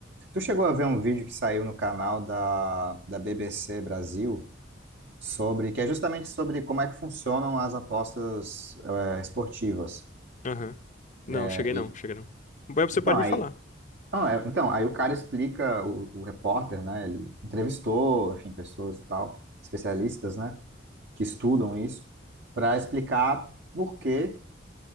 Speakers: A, on the right (about 65°); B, on the left (about 40°).
A: Tu chegou a ver um vídeo que saiu no canal da, da BBC Brasil? sobre que é justamente sobre como é que funcionam as apostas eh, esportivas.
B: Aham. Não,
A: É,
B: cheguei
A: e-
B: não, cheguei não. Mas Você
A: então
B: pode me
A: aí,
B: falar.
A: não, é- então aí o cara explica, o, o repórter, né? Ele entrevistou, enfim, pessoas e tal, especialistas, né, que estudam isso, para explicar por que